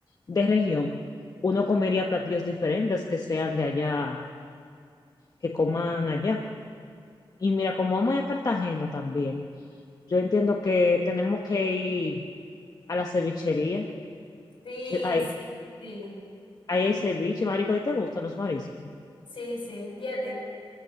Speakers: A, on the left; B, on the left.
A: de región, uno comería platillos diferentes que sean de allá, que coman allá. Y mira, como vamos a ir a Cartagena también, yo entiendo que tenemos que ir a la cevichería,
B: Sí,
A: que hay,
B: sí, sí,
A: ahí hay ceviche, marico, ¿y te gustan los mariscos?
B: sí, sí. ¿Y a ti?